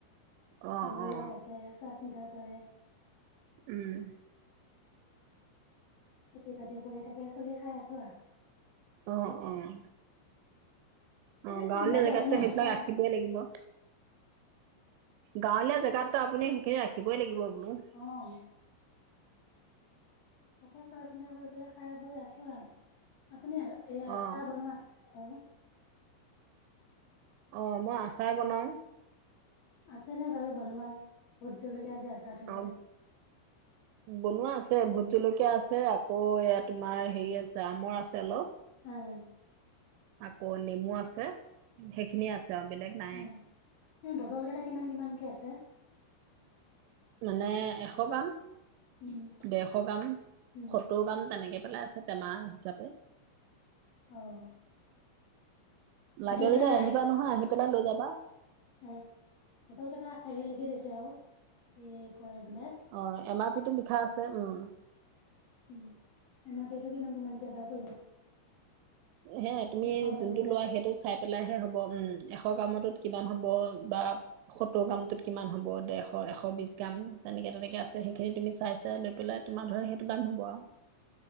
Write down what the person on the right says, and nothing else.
অ
অ
উম।
অ', অ'। অ',
গাঁৱলীয়া
জেগাতটো
সেইবিলাক
ৰাখিবই লাগিব। গাঁৱলীয়া জেগাততো আপুনি সেইখিনি ৰাখিবই লাগিব বোলো।
অ
অঁ, মই আচাৰ বনাওঁ।
<unintelligible>
বনোৱা আছে। ভোট জলকীয়া আছে, আকৌ এইয়া তোমাৰ হেৰি আছে আমৰ আছে অলপ।
আকৌ নেমু আছে, সেইখিনিয়ে আছে আৰু বেলেগ নাই।
মানে এশ গ্ৰাম,
ডেৰশ গ্ৰাম,
সত্তৰ গ্ৰাম তেনেকে। সেইফালে আছে টেমা হিচাপে।
লাগে
যদি আহিবা নহয় আহি পেলাই লৈ যাবা।
অঁ! এমআৰপিটো লিখা আছে উম।
সেয়াই, তুমি
যোনটো
লোৱা সেইটো চাই পেলাইহে হ'ব। উম! এশ গ্ৰামতোত কিমান হ'ব বা সত্তৰ গ্ৰামটোত কিমান হ'ব, ডেৰশ এশ, বিশ গ্ৰাম তেনেকে-তেনেকে আছে। সেইখিনি তুমি চাই-চাই লৈ পেলাই তোমাৰ ধৰা সেইটো দাম হ'ব আৰু।